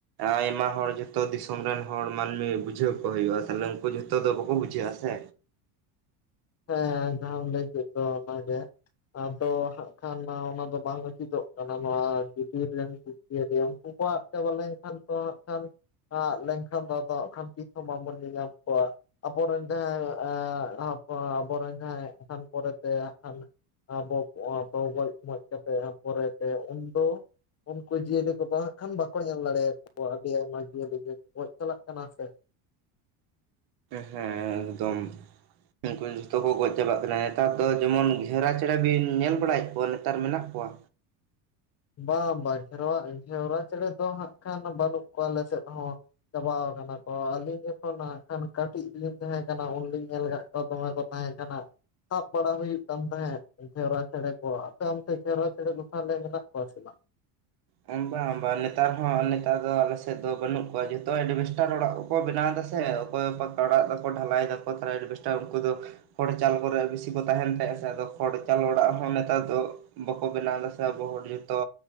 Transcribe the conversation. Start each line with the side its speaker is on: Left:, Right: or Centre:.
Right: ᱟᱭᱢᱟ ᱦᱚᱲ ᱡᱚᱛᱚ ᱫᱤᱥᱚᱢ ᱨᱮᱱ ᱦᱚᱲ ᱢᱟᱹᱱᱢᱤ ᱵᱩᱡᱷᱟᱹᱣ ᱠᱚ ᱦᱩᱭᱩᱜᱼᱟ ᱛᱟᱦᱚᱞᱮ ᱩᱱᱠᱩ ᱡᱷᱚᱛᱚ ᱫᱚ ᱵᱟᱠᱚ ᱵᱩᱡᱷᱟᱹᱜᱼᱟ ᱥᱮ
Left: ᱦᱮᱸ ᱡᱟᱦᱟᱢ ᱞᱟᱹᱭ ᱠᱮᱫ ᱫᱚ ᱚᱱᱟ ᱜᱮᱼᱼ ᱟᱫᱚ ᱦᱟᱸᱜ ᱠᱷᱟᱱ ᱚᱱᱟ ᱫᱚ ᱵᱟᱝ ᱩᱪᱤᱛᱚᱜ ᱠᱟᱱᱟ ᱱᱚᱣᱟ ᱵᱷᱤᱛᱤᱨ ᱨᱮᱱ ᱢᱤᱫᱴᱤᱜ <unintelligible> ᱩᱱᱠᱩ ᱠᱚ ᱟᱫ ᱪᱟᱵᱟ ᱞᱮᱱ ᱠᱷᱟᱱ ᱛᱚ ᱱᱷᱟᱜ ᱠᱷᱟᱱᱼᱼ ᱟᱫ ᱞᱮᱱ ᱠᱷᱟᱱ ᱫᱚ ᱟᱫᱚᱜ ᱠᱷᱟᱱ ᱛᱤᱥ ᱦᱚᱸ ᱵᱟᱵᱚᱱ ᱧᱮᱞ ᱧᱟᱢ ᱠᱚᱣᱟ ᱟᱵᱚ ᱨᱮᱱ ᱡᱟᱦᱟᱸᱭ ᱮ ᱦᱟᱯ ᱟᱵᱚ ᱨᱮᱱ ᱡᱟᱦᱟᱸᱭ ᱮᱠᱦᱟᱱ ᱯᱚᱨᱮ ᱛᱮ ᱮᱱ ᱠᱷᱟᱱᱼᱼ ᱟᱵᱚ ᱠᱚ ᱟᱨᱦᱚ ᱜᱚᱡ ᱢᱚᱡ ᱠᱟᱛᱮ ᱯᱚᱨᱮᱛᱮ ᱩᱱᱫᱚᱼᱼ ᱩᱱᱠᱩ ᱡᱤᱭᱟᱹᱞᱤ ᱠᱚ ᱵᱟᱝ ᱦᱟᱜ ᱠᱷᱟᱱ ᱵᱟᱠᱚ ᱧᱮᱞ ᱫᱟᱲᱮᱭᱟ ᱠᱚᱣᱟ ᱟᱹᱰᱤ ᱟᱭᱢᱟ ᱡᱤᱭᱟᱹᱞᱤ ᱜᱮ ᱜᱚᱡ ᱪᱟᱞᱟᱜ ᱠᱟᱱᱟ ᱥᱮ
Right: ᱦᱮᱸ ᱮᱠᱫᱚᱢ ᱯᱮᱡ ᱡᱷᱚᱛᱚ ᱠᱚ ᱜᱚᱡ ᱪᱟᱵᱟᱜ ᱠᱟᱱᱟ᱾ ᱱᱮᱛᱟᱨ ᱫᱚ ᱡᱮᱢᱚᱱ ᱜᱷᱮᱨᱟ ᱪᱮᱸᱬᱮ ᱵᱤᱱ ᱧᱮᱞ ᱵᱟᱲᱟᱭᱮᱫ ᱠᱚᱣᱟ ᱱᱮᱛᱟᱨ ᱢᱮᱱᱟᱜ ᱠᱚᱣᱟ?
Left: ᱵᱟᱝ ᱵᱟᱝ ᱜᱷᱮᱨᱚᱣᱟ ᱜᱷᱮᱨᱣᱟ ᱪᱮᱸᱬᱮ ᱫᱚ ᱦᱟᱸᱜ ᱠᱷᱟᱱ ᱵᱟᱹᱱᱩᱜ ᱠᱚᱣᱟ ᱟᱞᱮ ᱥᱮᱫ ᱦᱚᱸ᱾ ᱪᱟᱵᱟᱣ ᱟᱠᱟᱱᱟ ᱠᱚ ᱟᱹᱞᱤᱧ ᱡᱚᱠᱷᱚᱱ ᱱᱟᱠᱷᱟᱱ ᱠᱟᱹᱴᱤᱡ ᱞᱤᱧ ᱛᱟᱦᱮᱸ ᱠᱟᱱᱟ ᱩᱱᱞᱤᱧ ᱧᱮᱞ ᱠᱟᱜ ᱚ ᱫᱚᱢᱮ ᱠᱚ ᱛᱟᱦᱮᱸ ᱠᱟᱱᱟ᱾ ᱥᱟᱵ ᱵᱟᱲᱟ ᱦᱩᱭᱩᱜ ᱠᱟᱱ ᱛᱟᱦᱮᱸᱫ ᱜᱷᱮᱣᱨᱟ ᱪᱮᱸᱬᱮ ᱠᱚ ᱟᱯᱮ ᱚᱱᱛᱮ ᱜᱷᱮᱣᱨᱟ ᱪᱮᱸᱬᱮ ᱫᱚ ᱛᱟᱦᱞᱮ ᱢᱮᱱᱟᱜ ᱠᱚᱣᱟ ᱥᱮ ᱵᱟᱝ?
Right: ᱵᱟᱝ ᱵᱟᱝ ᱱᱮᱛᱟᱨ ᱦᱚᱸ ᱱᱮᱛᱟᱨ ᱫᱚ ᱟᱞᱮᱥᱮᱫ ᱫᱚ ᱵᱟᱹᱱᱩᱜ ᱠᱚᱣᱟ ᱡᱷᱚᱛᱚ ᱮᱰᱵᱷᱮᱥᱴᱟᱨ ᱚᱲᱟᱜ ᱠᱚ ᱵᱮᱱᱟᱣ ᱮᱫᱟ ᱥᱮ ᱚᱠᱚᱭ ᱟᱲᱟᱜ ᱫᱟᱠᱚ ᱰᱷᱟᱞᱟᱭ ᱫᱟᱠᱚ ᱛᱟᱦᱞᱮ ᱮᱰᱵᱮᱥᱴᱟᱨ ᱩᱱᱠᱩ ᱫᱚ ᱠᱷᱚᱲ ᱪᱟᱞ ᱠᱚᱨᱮ ᱵᱮᱥᱤ ᱠᱚ ᱛᱟᱦᱮᱱ ᱛᱟᱦᱮᱸ ᱥᱮ ᱟᱫᱚ ᱠᱷᱚᱲ ᱪᱟᱞ ᱚᱲᱟᱜ ᱦᱚᱸ ᱱᱮᱛᱟᱨ ᱫᱚ ᱵᱟᱠᱚ ᱵᱮᱱᱟᱣ ᱫᱟ ᱥᱮ ᱟᱵᱚ ᱦᱚᱲ ᱡᱷᱚᱛᱚ